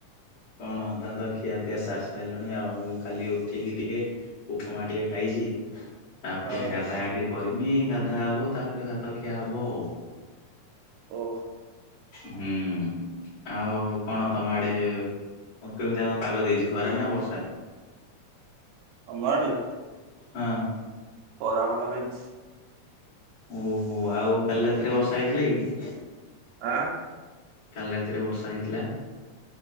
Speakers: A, on the left; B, on the right.
A: କଣ ତମେ ତ ଖିଆପିଆ ସାରି ସାରିଲଣି ଆଉ ମୁଁ ଖାଲି ଉଠିକି ଟିକେ ଉ ପମା ଟିକେ ଖାଇଛି ତାପରେ
B: ହଁ
A: ଗାଧା ଗାଧି କରିନି ଗାଧା ହବ ତାପରେ ଭାତଖିଆ ହବ ଆଉ।
B: ଓ।
A: ହୁଁ। ଆଉ କଣ ତମ ଆଡେ କେମିତିଆ କଁ ପାଗ ଦେଇଛି ଖରା ନା ବର୍ଷା?
B: ଆମ ଆଡେ?
A: ହଁ।
B: ଖରା ପାାଗ ଦେଇଚି।
A: ଓହୋ ଆଉ କାଲି ରାତିରେ ବର୍ଷା ହେଇଥିଲା କି?
B: ଆଁ
A: କାଲି ରାତିରେ ବର୍ଷା ହେଇଥିଲା।